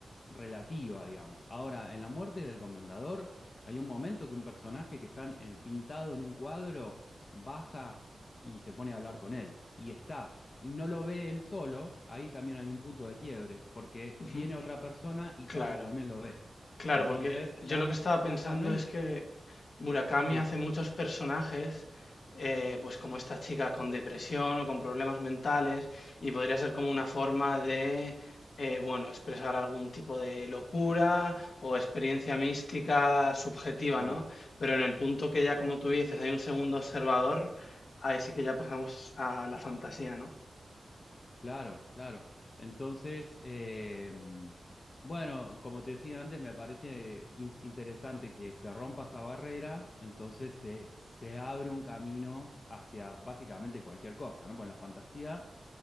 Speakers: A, on the left; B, on the left.
A: relativa, digamos. Ahora, en la muerte del comendador hay un momento que un personaje que está eh, pintado en un cuadro, baja y se pone a hablar con él. Y está. Y no lo ve él solo, ahí también hay un punto de quiebre, porque
B: ujú.
A: viene otra persona y,
B: Claro.
A: ta- y también lo ve.
B: Claro,
A: Entonces,
B: porque yo
A: ya,
B: lo que estaba
A: ya
B: pensando
A: está, no hay...
B: es que Murakami
A: Sí,
B: hace muchos personajes, eh, pues como esta chica con depresión o con problemas mentales, y podría ser como una forma de, eh, bueno, expresar algún tipo de locura o experiencia mística subjetiva,
A: claro,
B: ¿no? Pero en el punto que ya, como tú dices, hay un segundo observador, ahí sí que ya pasamos a la fantasía, ¿no?
A: claro, claro. Entonces, eh, bueno, como te decía antes, me parece in- interesante que se rompa esa barrera, entonces se, se abre un camino hacia básicamente cualquier cosa, ¿no? Porque la fantasía...